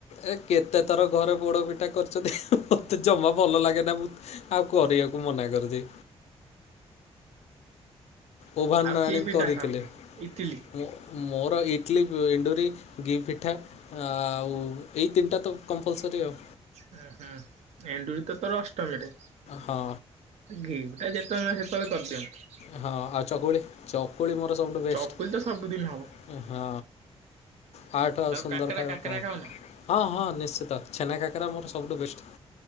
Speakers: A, on the left (about 75°); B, on the right (about 90°).
A: ଏ କେତେ ଥର ଘରେ ପୋଡ ପିଠା କରିଛନ୍ତି ମତେ ଜମା ଭଲ ଲାଗେ ନାଁ ମୁଁ। ଆଉ କରିବାକୁ ମନା କରୁଚି। ଓଭାନା
B: ଆଉ କି
A: ଆଣି
B: ପିଠା
A: କରିଥିଲେ
B: ଖାଉ ତୁ ଇଟିଲି
A: ମୁଁ। ମୋର ଇଟଲି ଏ ଏଣ୍ଡୁରି, ଗି ପିଠା ଆଉ, ଏଇ ତିନିଟା ତ କମ୍ପଲସରି ଆଉ।
B: ହୁଁ ହୁଁ ଏଣ୍ଡୁରି ତ ତୋର ଅଷ୍ଟମୀରେ।
A: ହଁ।
B: ଗି ପିଠା ଯେତେବେଳେ ନାହିଁ ସେତେବେଳେ କରିଦିଅନ୍ତୁ।
A: ହଁ ଆଉ ଚକୁଳି ଚକୁଳି ମୋର ସବୁଠୁ ବେଷ୍ଟ
B: ଚକୁଳି ତ ସବୁଦିନ ହବ
A: ହଁ। ୟାଠୁ ଆଉ ସୁନ୍ଦର
B: କାକରା
A: ଖାଇବା
B: କାକରା
A: କଣ
B: ଖାଉନା
A: ହଁ ହଁ ନିଶ୍ଚିତ ଛେନା କାକରା ମୋର ସବୁଠୁ ବେଷ୍ଟ।